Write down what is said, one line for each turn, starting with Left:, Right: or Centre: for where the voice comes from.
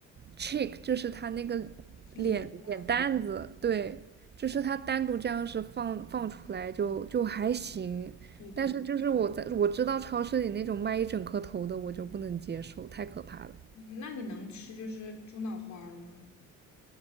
Right: c h i c k 就是他那个
Left: 脸呀，
Right: 脸脸蛋子，对，就是他单独这样是放放出来就就还行，
Left: 对对对，
Right: 但是就是我在我知道超市里那种卖一整颗头的我就不能接受，太可怕了。
Left: 嗯那你能吃就是猪脑花儿吗？